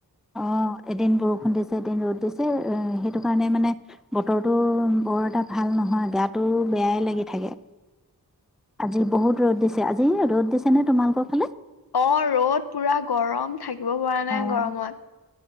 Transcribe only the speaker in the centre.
অ' এদিন বৰষুণ দিছে, এদিন ৰ'দ দিছে, এ সেইটো কাৰণে মানে বতৰটো বৰ এটা ভাল নহয় গা টো বেয়াই লাগি থাকে আজি বহুত ৰ'দ দিছে আজি ৰ'দ দিছে নে তোমালোকৰ ফালে।
অ